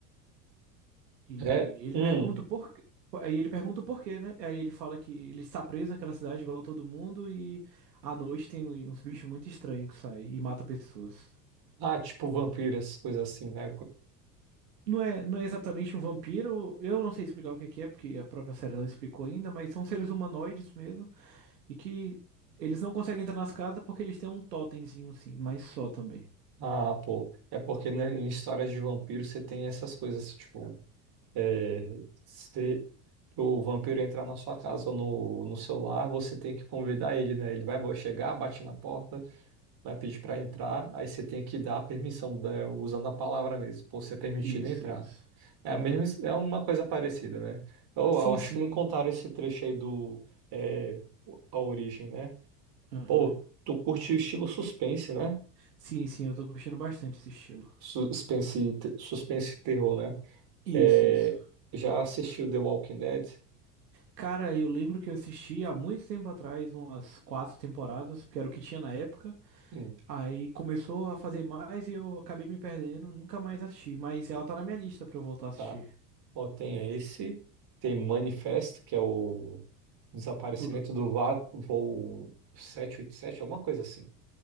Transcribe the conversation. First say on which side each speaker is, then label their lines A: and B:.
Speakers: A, on the right; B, on the right.
A: E
B: é,
A: ele
B: hum,
A: pergunta o porquê. Aí ele pergunta o porquê, né? Aí ele fala que ele está preso naquela cidade igual a todo mundo e à noite tem um, uns bichos muito estranhos que saem e mata pessoas.
B: ah, tipo vampiras, coisas assim, né?
A: Não é, não é exatamente um vampiro, eu não sei explicar o que que é, porque a própria série não explicou ainda, mas são seres humanoides mesmo e que eles não conseguem entrar nas casas porque eles têm um totemzinho assim, mas só também.
B: Ah, pô, é porque né, em histórias de vampiro você tem essas coisas, tipo, é, se o vampiro entrar na sua casa ou no, no seu lar, você tem que convidar ele, né? Ele vai bo- chegar, bate na porta, vai pedir pra entrar, aí você tem que dar a permissão, da- usando a palavra mesmo, por ser permitido
A: Isso,
B: entrar.
A: isso.
B: É
A: Aham.
B: a mesma, é uma coisa parecida, né? Eu,
A: Sim,
B: eu acho
A: sim.
B: que me contaram esse trecho aí do, é, A Origem, né?
A: Aham.
B: Pô, tu curte o estilo suspense, né?
A: Sim, sim, eu tô curtindo bastante esse estilo.
B: Suspense, te- suspense e terror, né?
A: Isso,
B: É,
A: isso.
B: já assistiu The Walking Dead?
A: Cara, eu lembro que eu assisti há muito tempo atrás, umas quatro temporadas, porque era o que tinha na época.
B: Hum,
A: Aí começou a fazer mais e eu acabei me perdendo, nunca mais assisti. Mas ela tá na minha lista pra eu voltar a assistir.
B: tá. Ó, tem esse, tem Manifest, que é o desaparecimento
A: O do-
B: do va- voo sete, oito sete, alguma coisa assim.